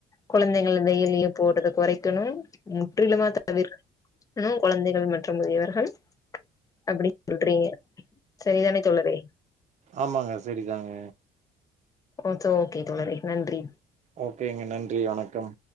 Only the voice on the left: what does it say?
கொழந்தைகள் வெயில்ல போறத கொறைக்கணும் முற்றிலுமா தவிர்க்க குழந்தைகள் மற்றும் முதியவர்கள் அப்டின் சொல்றீங்க செரிதானே தோழறே
ஓகே ஓகே தோழரே நன்றி